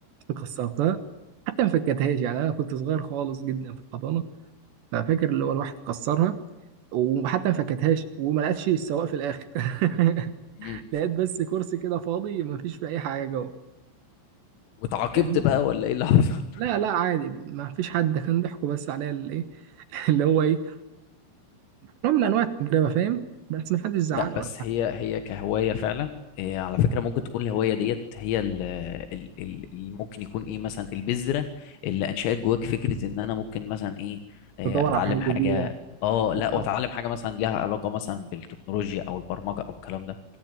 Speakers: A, on the right (about 70°); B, on the left (about 85°).
A: كنت كسرتها حتى ما فكتهاش يعني انا كنت صغير خالص جدا في الحضانه ففاكر اللي هو الواحد كسرها وحتى ما فكتهاش وما لقتش السواق في الاخر <laughs>
B: مم.
A: لقيت بس كرسي كده فاضي ما فيش فيه اي حاجه جوه
B: واتعاقبت
A: فاهم
B: بقى ولا ايه اللي حصل <laughs>
A: لا لا عادي ما فيش حد ده كان ضحكوا بس عليا الايه <laughs> اللي هو ايه نوع من انواع التجربه فاهم بس ما حدش زعل
B: لا
A: ولا
B: بس
A: حاجه
B: هي هي كهوايه فعلا إيه على فكره ممكن تكون الهوايه ديت هي اللي ممكن يكون ايه مثلا البذره اللي انشات جواك فكره ان انا ممكن مثلا ايه آه،
A: بدور
B: اتعلم
A: على حاجه
B: حاجه
A: جديده
B: اه لا
A: بالظبط
B: واتعلم حاجه مثلا ليها علاقه مثلا بالتكنولوجيا او البرمجه او الكلام ده